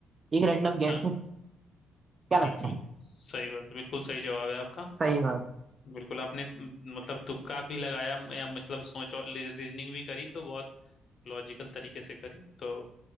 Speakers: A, on the right; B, on the left.
A: एक रैंडम
B: अच्छा
A: गैस है क्या
B: ठीक
A: लगता
B: है
A: है
B: सही बात है बिल्कुल सही जवाब है आपका
A: सही है।
B: बिल्कुल आपने म, मतलब तुक्का भी लगाया म- या मतलब सोच और रीजनिंग भी करी तो बहुत लॉजिकल तरीके से करी तो